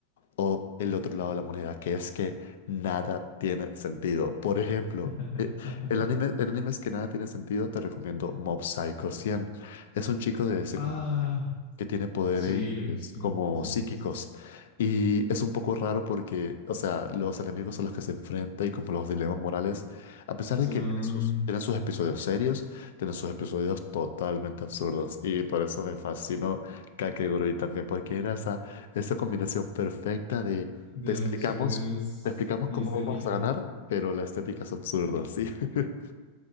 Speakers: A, on the left; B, on the left.
A: o el otro lado de la moneda, que es que nada tiene sentido. Por ejemplo,
B: <laughs>
A: eh, el anime, el anime es que nada tiene sentido, te recomiendo Mob Psycho 100. Es un chico de secundaria
B: Ah,
A: que tiene poderes
B: sí, la he visto.
A: como
B: Sí,
A: psíquicos.
B: la he visto.
A: Y es un poco raro porque, o sea, los enemigos a los que se enfrenta y como los dilemas morales, a pesar de
B: Son
A: que tienen sus, tienen sus episodios serios, tienen sus episodios totalmente absurdos. Y por eso me fascinó Kakegurui también, porque era esa, esa combinación perfecta de
B: de
A: te De explicamos,
B: absurdez
A: te explicamos
B: y
A: cómo
B: estética.
A: vamos a ganar, pero la estética es absurda, sí. <laughs>